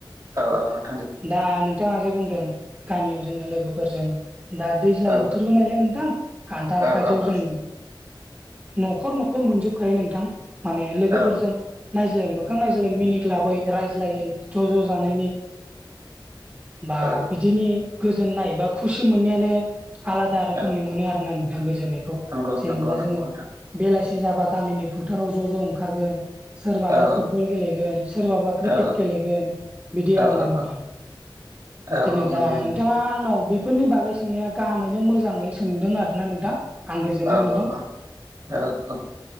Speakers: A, on the right (about 45°); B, on the right (about 20°).
A: औ औ नोंथां दे
B: दा नोंथाङा जे बुंदों गामियाव जोङो लोगोफोरजों दा दैज्लां
A: औ
B: बोथोरबो नालाय नोंथां खान्थाल
A: औ
B: थाइजौ
A: औ औ
B: जों न'खर न'खर मोनजोबखायो नोंथां माने लोगोफोरजों
A: औ
B: नायज्लायै मोखां नायज्लायै मिनिग्लाबै रायज्लायै ज' ज' जानायनि बा
A: औ
B: बिदिनि गोजोननाय बा खुसि मोननायानो आलादा रोखोमनि
A: औ
B: मोनो आरोना नोंथां गोजोननायखौ
A: नंगौ
B: जेनेबा
A: नंगौ नंगौ
B: जोङो
A: नोंथां
B: बेलासि जाबा गामिनि फोथाराव ज' ज' ओंखारगोन। सोरबाबा
A: औ
B: फुटबल गेलेगोन सोरबाबा क्रिकेट
A: औ
B: गेलेगोन बिदि आरोना
A: औ औ
B: नोंथां।
A: औ
B: जेनेबा
A: औ नंगौ नंगौ
B: नोंथाङा आंनाव बेफोरनि बागै सोंनाया गाहामैनो मोजाङै सोंदों आरो ना नोंथां। आं गोजोननाय
A: औ
B: मोनदों
A: औ औ औ औ।